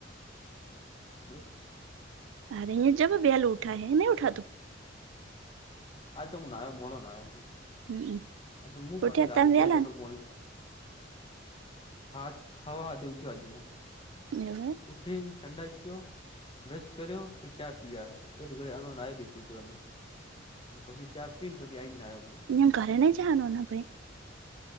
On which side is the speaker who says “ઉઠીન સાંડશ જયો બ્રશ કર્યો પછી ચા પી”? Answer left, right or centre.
Left